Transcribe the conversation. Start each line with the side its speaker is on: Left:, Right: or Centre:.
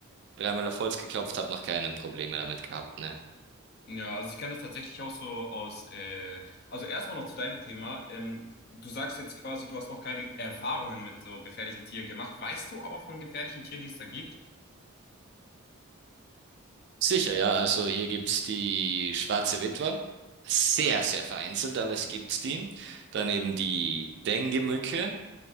Right: dreimal auf Holz geklopft, habe noch keine Probleme damit gehabt, ne?
Left: Ja, also ich kenne das tatsächlich auch so aus. Äh, also erstmal noch zu deinem Thema. Ähm, du sagst jetzt quasi, du hast noch keine Erfahrungen mit so gefährlichen Tieren gemacht. Weißt du aber von gefährlichen Tieren, die es da gibt?
Right: Sicher, ja, also hier gibt's die Schwarze Witwe. Sehr, sehr vereinzelt, aber es gibt die. Dann eben die Dengue-Mücke.